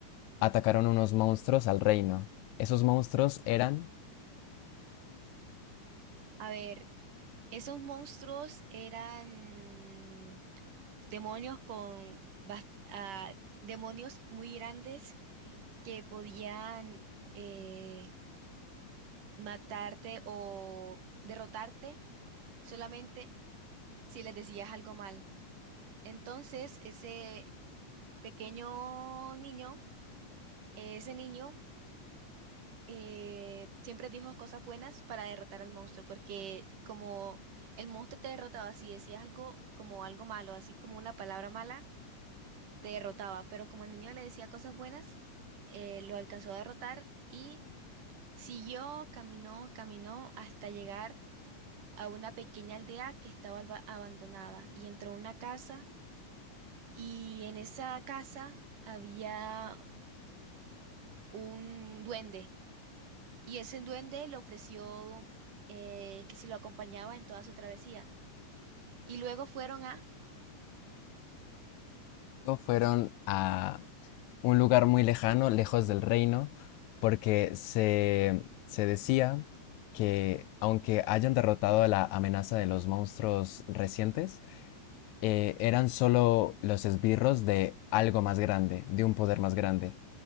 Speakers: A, on the left; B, on the right.
A: atacaron unos monstruos al reino. Esos monstruos eran
B: A ver, esos monstruos eran demonios con bas- ah, demonios muy grandes que podían eh, matarte o derrotarte solamente si les decías algo mal. Entonces, ese pequeño niño, eh, ese niño eh, siempre dijo cosas buenas para derrotar al monstruo, porque como el monstruo te derrotaba, si decías algo como algo malo, así como una palabra mala, te derrotaba, pero como el niño le decía cosas buenas, eh, lo alcanzó a derrotar y siguió, caminó, caminó hasta llegar a una pequeña aldea que estaba alba- abandonada y entró a una casa y en esa casa había un duende Y ese duende le ofreció eh, que si lo acompañaba en toda su travesía. Y luego fueron a,
A: o fueron a un lugar muy lejano, lejos del reino, porque se, se decía que aunque hayan derrotado a la amenaza de los monstruos recientes, eh, eran solo los esbirros de algo más grande, de un poder más grande.